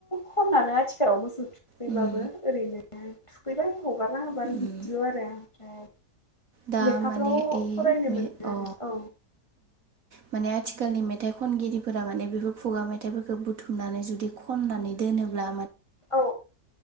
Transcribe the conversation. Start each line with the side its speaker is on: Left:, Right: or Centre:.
Left: खनानो आथिखालाव मोसौ थुखैबाबो
Right: उम
Left: ओरैनो थुखैबाय हगारना होबाय
Right: उम
Left: बिदि ल आरो ओमफ्राय
Right: दा
Left: लेखाफ्राव
Right: माने ई
Left: फरायनो मोनो आरो
Right: अ
Left: औ
Right: माने आथिखालनि मे मेथाइ खनगिरिफोरा माने बेफोर खुगा मेथाइफोरखौ बुथुमनानै जुदि खननानै दोनोब्ला
Left: औ